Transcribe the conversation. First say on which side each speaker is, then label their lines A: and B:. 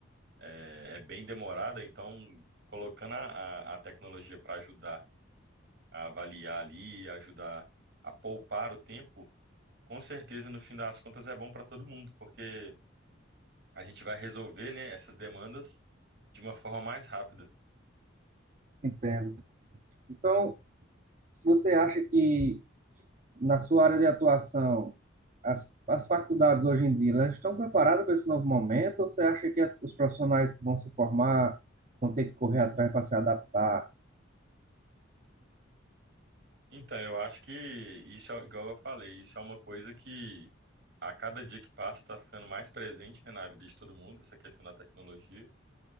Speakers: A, on the right; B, on the right.
A: é, é bem demorada, então colocando a, a a tecnologia para ajudar a avaliar ali, ajudar a poupar o tempo, com certeza no fim das contas é bom para todo mundo, porque a gente vai resolver, né, essas demandas de uma forma mais rápida.
B: Entendo. Então, você acha que na sua área de atuação as, as faculdades hoje em dia elas estão preparadas para esse novo momento ou você acha que as, os profissionais que vão se formar vão ter que correr atrás para se adaptar?
A: Então, eu acho que isso é igual eu falei, isso é uma coisa que a cada dia que passa está ficando mais presente, né, na vida de todo mundo, essa questão da tecnologia,